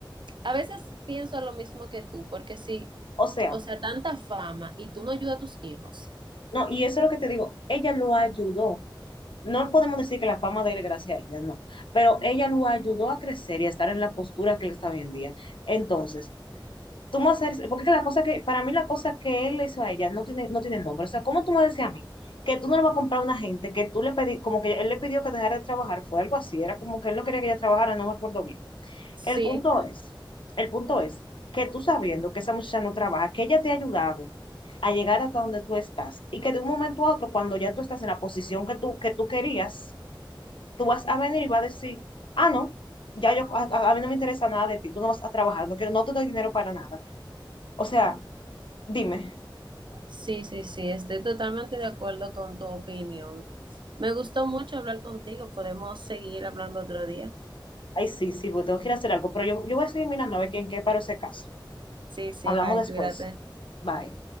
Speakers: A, on the right (about 65°); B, on the left (about 75°).
A: A veces pienso lo mismo que tú, porque sí
B: o sea,
A: o sea, tanta fama y tú no ayudas a tus hijos.
B: No, y eso es lo que te digo, ella lo ayudó. No podemos decir que la fama de él es gracias a ella, no, pero ella lo ayudó a crecer y a estar en la postura que él está hoy en día. Entonces, tú me haces, porque es que la cosa que, para mí la cosa que él le hizo a ella no tiene, no tiene nombre. O sea, ¿cómo tú me decías a mí que tú no le vas a comprar a una gente que tú le pedí, como que él le pidió que dejara de trabajar, fue algo así, era como que él no quería que ella trabajara, no me acuerdo bien.
A: Sí,
B: El punto es, el punto es que tú sabiendo que esa muchacha no trabaja, que ella te ha ayudado a llegar hasta donde tú estás y que de un momento a otro, cuando ya tú estás en la posición que tú, que tú querías, tú vas a venir y vas a decir, ah, no, ya yo, a, a- a mí no me interesa nada de ti, tú no vas a trabajar, no quiero, no te doy dinero para nada. O sea, dime,
A: sí, sí, sí, estoy totalmente de acuerdo con tu opinión. Me gustó mucho hablar contigo, podemos seguir hablando otro día.
B: ay, sí, sí, pues tengo que ir a hacer algo, pero yo, yo voy a seguir mirando a ver quién qué paro ese caso.
A: Sí, sí,
B: Hablamos
A: bye,
B: después.
A: cuídate.
B: Bye.